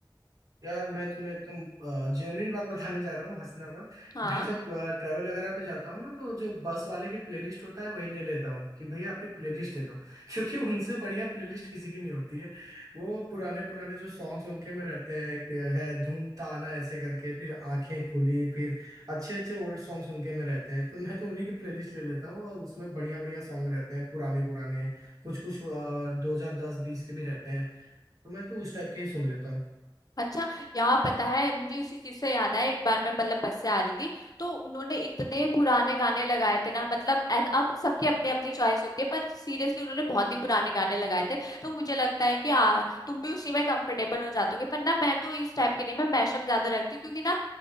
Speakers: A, on the right; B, on the left.
A: यार मैं तुम्हें एकदम जेन्युइन बात बताने जा रहा हूँ हंसना मत
B: हाँ
A: मैं जब ट्रैवल वगैरह पे जाता हूँ ना तो जो बस वाले की प्लेलिस्ट होता है वही ले लेता हूँ कि भैया अपनी प्लेलिस्ट दे दो <laughs> क्योंकि उनसे बढ़िया प्लेलिस्ट किसी की नहीं होती है वो पुराने पुराने जो सॉन्ग्स उनके में रहते हैं एक है धूम ताना ऐसे करके फिर आंखें खुली फिर अच्छे अच्छे ओल्ड सॉन्ग्स उनके में रहते हैं तो मैं तो उन्हीं की प्लेलिस्ट ले लेता हूँ और उसमें बढ़िया बढ़िया सॉन्ग रहते हैं पुराने पुराने कुछ कुछ दो हजार दस बीस के भी रहते हैं तो मैं तो उस टाइप के ही सुन लेता हूँ
B: अच्छा यहाँ पता है मुझे इसी चीज से याद आया एक बार मैं मतलब बस से आ रही थी तो उन्होंने इतने पुराने गाने लगाए थे ना मतलब ऐस- अब सबकी अपनी अपनी चॉइस होती है पर सीरियसली उन्होंने बहुत ही पुराने गाने लगाए थे तो मुझे लगता है कि आ, तुम भी उसी में कंफर्टेबल हो जाते होगे पर ना मैं तो इस टाइप के नहीं मैं मैशअप ज्यादा रखती हूँ क्योंकि ना